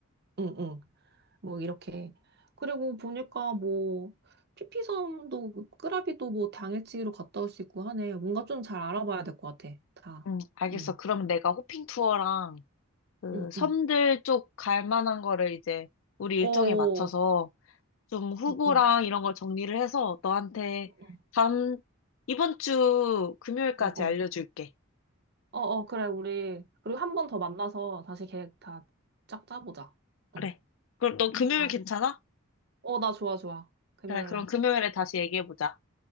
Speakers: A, on the right; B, on the left.
A: 응응. 뭐 이렇게. 그리고 보니까 뭐 피피섬도 끄라비도 뭐 당일치기로 갔다 올 수 있고 하네. 뭔가 좀 잘 알아봐야 될 것 같아. 다.
B: 응, 알겠어.
A: 응.
B: 그러면 내가 호핑 투어랑 그
A: 응,
B: 섬들
A: 응.
B: 쪽 갈 만한 거를 이제 우리
A: 어.
B: 일정에 맞춰서 좀 후보랑
A: 응, 응.
B: 이런 걸 정리를 해서 너한테
A: 응, 응.
B: 다음, 이번 주 금요일까지
A: 어, 어.
B: 알려줄게.
A: 어, 어, 그래, 우리. 그리고 한 번 더 만나서 다시 계획 다 짝 짜보자. 어.
B: 그래. 그럼 너 금요일
A: 알
B: 괜찮아?
A: 어, 나 좋아, 좋아. 금요일
B: 그래, 그럼
A: 날.
B: 금요일에 다시 얘기해보자.